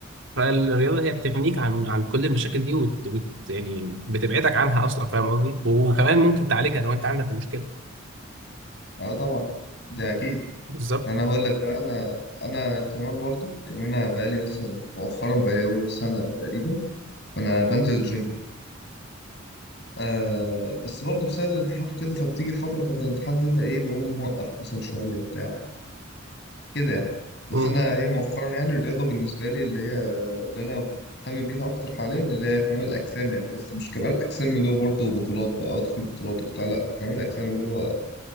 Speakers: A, on the right; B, on the left.
A: فالرياضه هي بتغنيك عن عن كل المشاكل دي وت... وت... يعني بتبعدك عنها اصلا فاهم قصدي وكمان ممكن تعالجها لو انت عندك المشكله
B: اه طبعا ده اكيد
A: بالظبط
B: انا هقول لك بقى انا انا كمان برضو يعني انا بقالي مثلا مؤخرا بقالي اهو سنة تقريبا فانا بنزل الجيم آه بس برضو بسبب الامتحانات وكده فبتيجي الفترة بتاعت الامتحان دي فايه بقوم موقف مثلا شوية بتاع كده يعني بس
A: مم.
B: انا هي مؤخرا يعني الرياضه بالنسبه لي اللي هي اللي انا مهتم بيها اكتر حاليا اللي هي كمال الاجسام يعني بس مش كمال الاجسام اللي هو برضه بطولات بقى وادخل بطولات وبتاع لا كمال الاجسام اللي هو